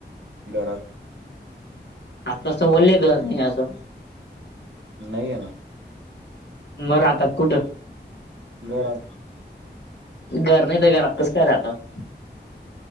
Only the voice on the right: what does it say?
घरात.
नही हे ना.
घरात.